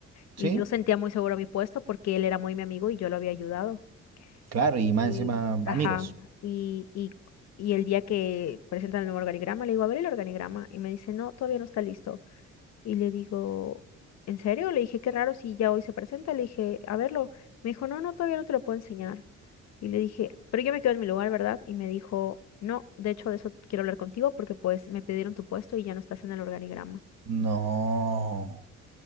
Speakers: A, on the left (about 60°); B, on the right (about 55°).
A: Y
B: ¿Sí?
A: yo sentía muy seguro mi puesto porque él era muy mi amigo y yo lo había ayudado.
B: Claro, y
A: Y,
B: más encima,
A: ajá,
B: amigos.
A: y, y, y el día que presentan el nuevo organigrama, le digo, a ver el organigrama. Y me dice, no, todavía no está listo. Y le digo, ¿en serio? Le dije, qué raro si ya hoy se presenta. Le dije, a verlo. Me dijo, no, no, todavía no te lo puedo enseñar. Y le dije, pero yo me quedo en mi lugar, ¿verdad? Y me dijo, no, de hecho de eso quiero hablar contigo porque pues me pidieron tu puesto y ya no estás en el organigrama.
B: No.